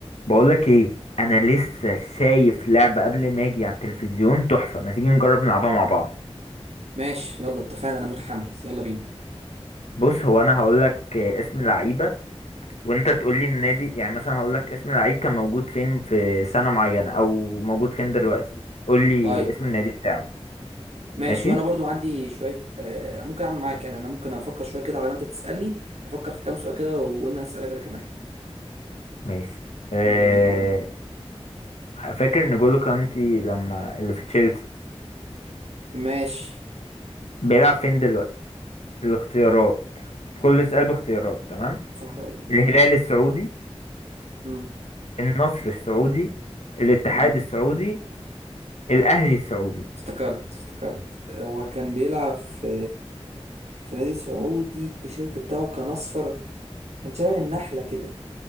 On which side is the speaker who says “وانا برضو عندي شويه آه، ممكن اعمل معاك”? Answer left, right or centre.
Right